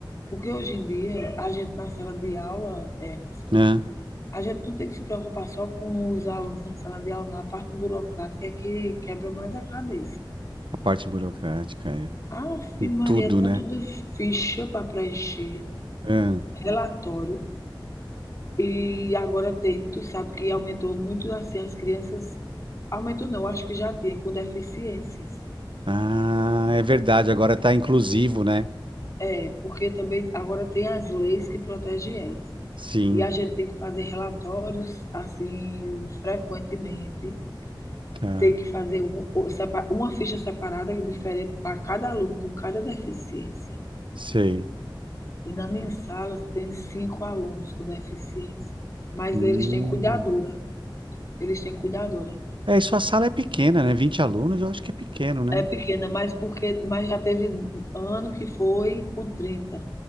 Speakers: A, on the left; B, on the right.
A: Porque hoje em dia, a gente na sala de aula, é, mas
B: é.
A: a gente não tem que se preocupar só com os alunos na sala de aula, na parte burocrática é que quebra mais a cabeça.
B: A parte burocrática é
A: Ave Maria,
B: tudo,
A: tanto
B: né?
A: de ficha para preencher,
B: É.
A: relatório, e agora tem, tu sabe que aumentou muito assim as crianças. Aumentou não, acho que já tinha, com deficiências.
B: Ah, é verdade. Agora tá inclusivo, né?
A: É, porque também agora tem as leis que protegem elas.
B: Sim,
A: E a gente tem que fazer relatórios assim frequentemente
B: tá.
A: tem que fazer um- uma ficha separada diferente para cada aluno com cada deficiência.
B: Sei.
A: E na minha sala tem cinco alunos com deficiência, mas
B: Hum.
A: eles têm cuidadora. Eles têm cuidadora.
B: É, e sua sala é pequena, né? Vinte alunos, eu acho que é pequeno, né?
A: É pequena, mas porque mas já teve ano que foi com trinta